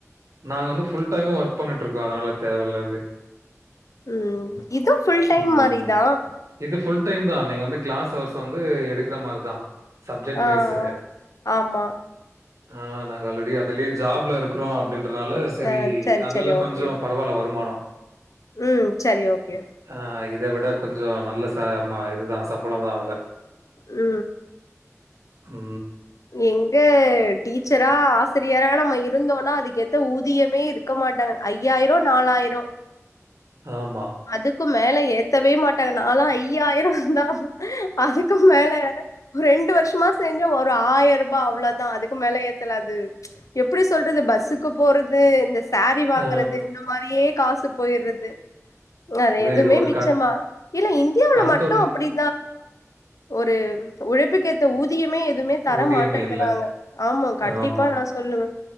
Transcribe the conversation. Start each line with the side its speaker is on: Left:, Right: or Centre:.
Right: நாங்கள் வந்து ஃபுல் டைம ஒர்க் பண்ணிட்டு இருக்கோ அதனால தேவையில்ல அது
Left: ம் இது ஃபுல் டைம்
Right: ம்.
Left: மாதிரி தான்
Right: இது புல் டைம் தான் நீங்க வந்து கிளாஸ் அவர்ஸ் வந்து எடுக்கிற மாதிரிதா சப்ஜெக்ட்
Left: ஆ
Right: வைஸ்
Left: ஆ. ஆமா.
Right: ஆஹ் நாங்க ஆல்ரெடி அதுலயே ஜாப்ல இருக்குறோ அப்படின்றனால சேரி
Left: அ சரி,
Right: அதுல்ல
Left: சரி.
Right: கொஞ்சோ
Left: ஓகே, ஓகே.
Right: பரவாயில்ல வருமானம்
Left: ம். சரி, ஓகே.
Right: ஆ இதவி ட கொஞ்சோ நல்ல ச இதுதான் சம்பளம் தான் அதுல
Left: உ
Right: உ
Left: எங்க டீச்சரா ஆசிரியரா நம்ம இருந்தோனா அதுக்க எந்த ஊதியமே இருக இருக்க மாட்டாங்க ஐயாயிரோ நாலாயிரோ
Right: ஆமா
Left: அதுக்கு மேல ஏத்தவே மாட்டாங்க நால ஐயாயிரம் தா அதுக்கு மேல ஒரு ரெண்டு வருஷமா செஞ்ச ஒரு ஆயிரம் ரூபாய் அவ்ளோதான் அதுக்கு மேல ஏத்தலாது எப்படி சொல்றது பஸ்ஸுக்கு போறது இந்த சாரி வாங்குறது
Right: ஆ
Left: இந்த மாதிரியே காசு போயிடுறது அது எதுமே
Right: இது ஒரு
Left: மிச்சமா
Right: கண்
Left: இல்ல இந்தியாவுல
Right: கண்தொடை
Left: மட்டும் அப்டி ஒரு உழைப்புக்கு ஏத்த ஊதியமே எதுவுமே தர
Right: ஊதியமே
Left: மாட்டேங்கிறாங்க
Right: இல்ல.
Left: ஆமா கண்டிப்பா
Right: ஆமா.
Left: நான் சொல்லுவ